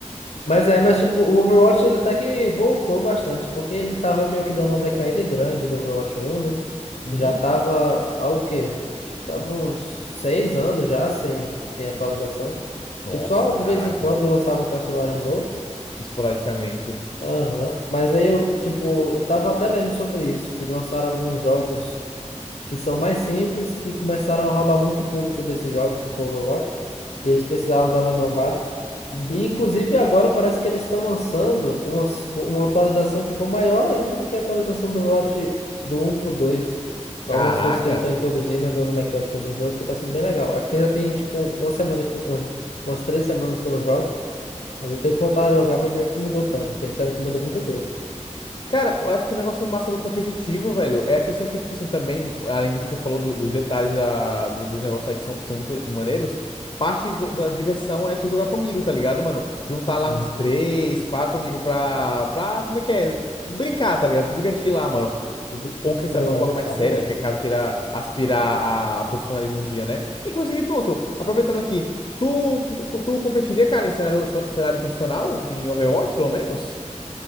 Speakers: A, on the left; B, on the left.
A: Mas é, mas tipo, o Overwatch ele até que voltou bastante, porque ele tava meio que dando uma decaída grande do Overwatch 1, né?
B: Uhum.
A: Já tava há o quê? Acho que tava uns seis anos já sem, sem atualização.
B: Nossa,
A: Tipo, só de
B: caraca.
A: vez em quando lançava um personagem novo.
B: Esporadicamente.
A: Aham. Mas aí eu, tipo, eu tava até lendo sobre isso, que lançaram alguns jogos que são mais simples, que começaram a roubar muito público desses jogos, tipo Overwatch. E eles precisaram dar uma inovada.
B: Uhum.
A: E, inclusive, agora parece que eles estão lançando umas, co- uma atualização que for maior ainda do que a atualização do lote do um para o dois Algumas
B: Caraca.
A: coisas que eles estão introduzindo, algumas mecânicas no jogo, que está sendo bem legal. É porque já tem, tipo, uma semana, que- umas, umas três semanas que eu não jogo, mas eu tenho que voltar a jogar para ver o que mudou tanto, porque disseram que mudou muita coisa.
B: Cara, eu acho que o negócio massa do competitivo, velho, é a questão que, tipo assim, também, além do que você falou do- dos detalhes da, do- dos negócios aí que são, que são muito le- maneiros, parte da, da diversão é tu jogar comigo, tá ligado, mano? Juntar
A: Uhum,
B: lá uns três, quatro amigos pra, pra, como é que é? Brincar, tá ligado? Se divertir lá, mano.
A: uhum.
B: Ou quem sabe
A: Não
B: fazer um bagulho
A: é,
B: mais
A: papo
B: sério,
A: dez
B: né? Que é caso queira aspirar a, a profissionalismo um dia, né? Inclusive, pronto, aproveitando aqui, tu, tu, tu tu competiria, cara, em cenário, cenário profissional? Em Overwatch, pelo menos?